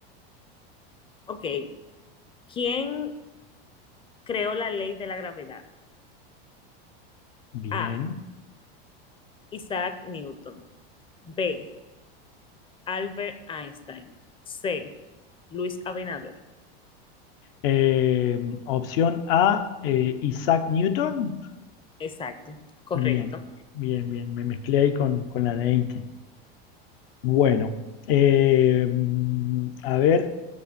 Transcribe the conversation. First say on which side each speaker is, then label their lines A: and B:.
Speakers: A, on the left; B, on the left.
A: Ok. ¿Quién creó la ley de la gravedad?
B: Bien.
A: A. Isaac Newton. B. Albert Einstein. C. Luis Abinader.
B: Eh, opción A, eh, Isaac Newton.
A: Exacto, correcto.
B: Bien, bien, bien. Me mezclé ahí con, con la de Einstein. Bueno, eh, a ver,